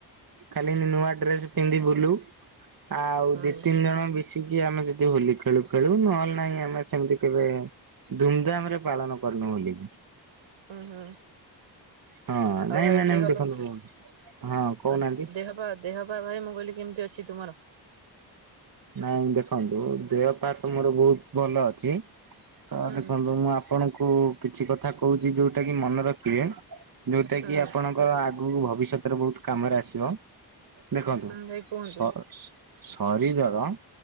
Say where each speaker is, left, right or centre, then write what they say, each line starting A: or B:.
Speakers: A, on the right; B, on the right.
A: ଖାଲି ନୂଆ ଡ୍ରେସ ପିନ୍ଧି ବୁଲୁ। ଆଉ
B: ହୁଁ
A: ଦି ତିନି ଜଣ ମିଶିକି ଆମେ ଯଦି ହୋଲି ଖେଳୁ ଖେଳୁ ନହେଲେ ନାହିଁ ଆମେ ସେମିତି କେବେ ଧୁମଧାମ ରେ ପାଳନ କରିନୁ ହୋଲି।
B: ଉଁ ହୁଁ।
A: ହଁ ନାଇଁ
B: ଆଉ ଭାଇ
A: ମାନେ
B: ଦେହ
A: ଦେଖନ୍ତୁ
B: ପା ଅ
A: ହଁ କହୁନାହାନ୍ତି
B: ଦେହ ପା ଦେହ ପା ଭାଇ ମୁଁ କହିଲି କେମିତି ଅଛି ତୁମର।
A: ନାଇଁ ଦେଖନ୍ତୁ ଦେହ ପା ତ ମୋର ବହୁତ ଭଲ ଅଛି ତ
B: ହୁଁ
A: ଦେଖନ୍ତୁ ମୁଁ ଆ ଆପଣଙ୍କୁ କିଛି କଥା କହୁଚି ଯୋଉଟା କି ମନେ ରଖିବେ ଯୋଉଟା
B: ହୁଁ
A: କିି ଆପଣଙ୍କର ଆ ଗୁକୁ ଭବିଷ୍ୟତରେ ବହୁତ କାମରେ ଆସିବ ଦେଖନ୍ତୁ
B: ହୁଁ
A: ସ
B: ଭାଇ କୁହନ୍ତୁ
A: ସ ଶରୀରର